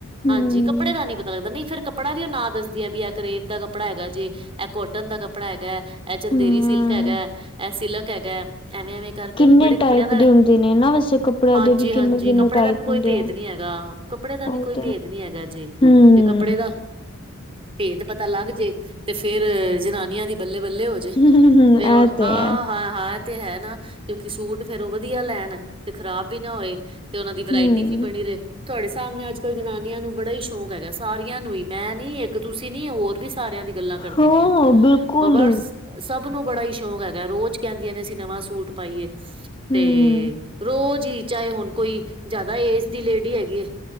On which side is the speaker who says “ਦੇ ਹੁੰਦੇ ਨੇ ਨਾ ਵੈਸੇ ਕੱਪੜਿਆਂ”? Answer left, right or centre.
Left